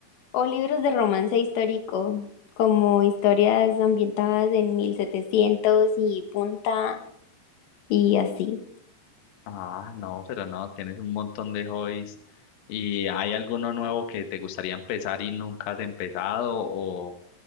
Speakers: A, on the left; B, on the left.
A: o libros de romance histórico, como historias ambientadas en 1700 y punta y así.
B: Ah, no, pero no, tienes un montón de hobbies. ¿Y hay alguno nuevo que te gustaría empezar y nunca has empezado o,